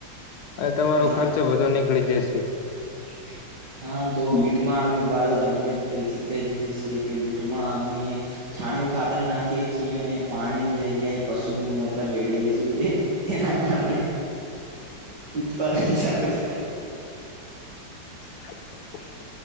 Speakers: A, on the left; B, on the right.
A: અને તમારો
B: હા
A: ખર્ચો બધો નીકળી જશે
B: <inaudible> હા તો બીટમાં અમે વાળો તમને પહેલેથી જ કહી જઈએ છીએ કે બીટમાં અમે છાણીું ખાતર નાખીએ છીએ અને પાણીની જગ્યાએ પશુ નું મોતર રેડીએ છીએ એના કારણે ઉત્પાદન સારું થાય
A: <inaudible>